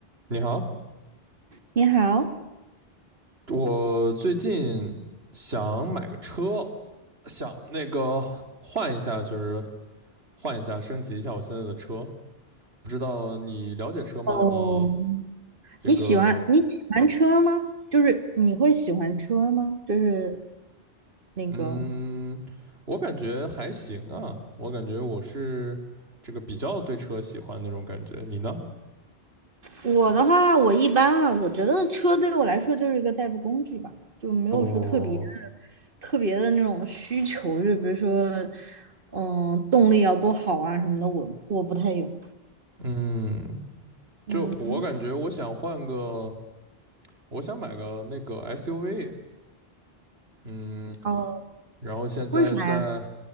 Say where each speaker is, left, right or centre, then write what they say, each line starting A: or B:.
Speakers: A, on the right (about 80°); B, on the right (about 60°).
A: 你好，
B: 你好，
A: 我最近想买个车，想那个换一下，就是换一下，升级一下我现在的车。不知道你了解车吗？
B: 哦，
A: 你这个，
B: 你喜欢你喜欢车吗？就是你会喜欢车吗？就是那个
A: 嗯，我感觉还行啊，我感觉我是这个比较对车喜欢那种感觉。你呢？
B: 我的话，我一般啊，我觉得车对我来说就是一个代步工具吧，就没有说特别的
A: 哦，
B: 特别的那种需求，就比如说，嗯，动力要多好啊什么的，我我不太有。
A: 嗯，
B: 嗯
A: 就我感觉我想换个，我想买个那个 SUV，嗯。
B: 哦，
A: 然后现在在，
B: 为啥呀？